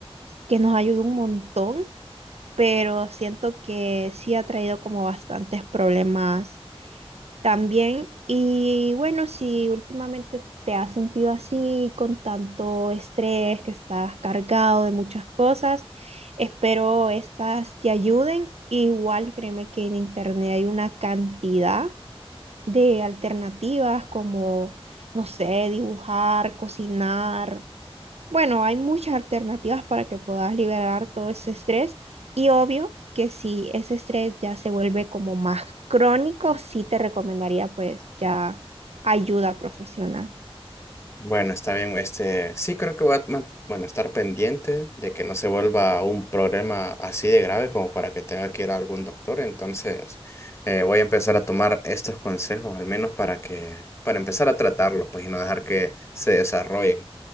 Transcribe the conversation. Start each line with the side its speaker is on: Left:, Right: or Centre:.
Right: que nos ayuda un montón, pero siento que sí ha traído como bastantes problemas También, y bueno, si últimamente te has sentido así, con tanto estrés, que estás cargado de muchas cosas, espero estas te ayuden. Igual créeme que en internet hay una cantidad de alternativas como, no sé, dibujar, cocinar. Bueno, hay muchas alternativas para que puedas liberar todo ese estrés y obvio que si ese estrés ya se vuelve como más crónico, sí te recomendaría pues ya ayuda profesional.
Left: Bueno, está bien. Este, sí creo que voy a man- bueno, estar pendiente de que no se vuelva un problema así de grave como para que tenga que ir a algún doctor. Entonces, eh, voy a empezar a tomar estos consejos, al menos para que, para empezar a tratarlos, pues, y no dejar que se desarrollen.